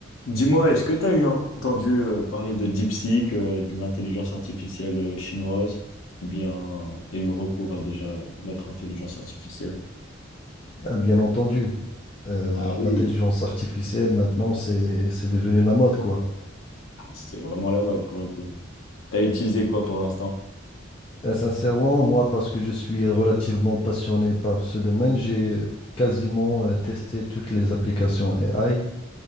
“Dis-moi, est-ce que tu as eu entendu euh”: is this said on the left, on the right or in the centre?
Left